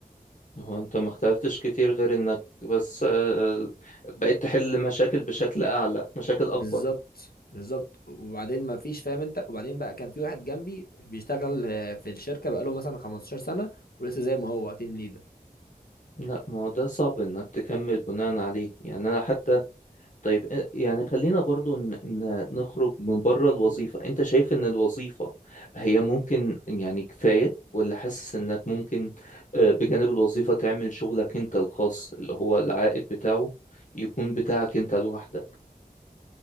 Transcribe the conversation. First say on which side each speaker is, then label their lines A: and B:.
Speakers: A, on the left; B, on the left.
A: هو انت ما اختلفتش كتير غير انك بس آه، آه، بقيت تحل مشاكل بشكل اعلى مشاكل اكبر
B: بالظبط بالظبط وبعدين ما فيش فاهم انت وبعدين بقى كان في واحد جنبي بيشتغل آه، في الشركة بقاله مثلا 15 سنة ولسه زي ما هو تيم ليدر
A: لا ما هو ده صعب انك تكمل بناء عليه يعني انا حتى طيب آه، يعني خلينا برضو ن- ن- نخرج من بره الوظيفة انت شايف ان الوظيفة هي ممكن يعني كفاية ولا حاسس انك ممكن آه، بجانب الوظيفة تعمل شغلك انت الخاص اللي هو العائد بتاعه يكون بتاعك انت لوحدك